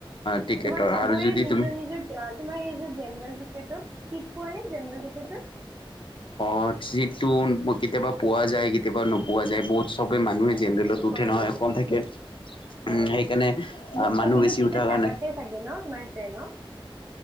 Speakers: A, on the left; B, on the right.
A: টিকেটৰ
B: তোমাৰ চবৰে
A: আৰু যদি
B: নিজৰ
A: তুমি
B: নিজৰ আ তোমাৰ এই যে জেনেৰেল টিকেটত, চিট পোৱা নে জেনেৰেল টিকেটত?
A: অ যিটো কেতিয়াবা পোৱা যায় কেতিয়াবা নোপোৱা যায় বহুত চবেই মানুহে
B: অ
A: জেনেৰেল
B: এনেকুৱা
A: উঠে
B: হয়
A: নহয়,
B: নেকি
A: কম থাকে।
B: অ',
A: উম সেইকাৰণে
B: অ', মানে চবেটো
A: মানুহ বেছি
B: টিকত
A: উঠাৰ
B: নাকাটে
A: কাৰণে
B: চাগে ন' তোমাৰ ট্ৰেনত?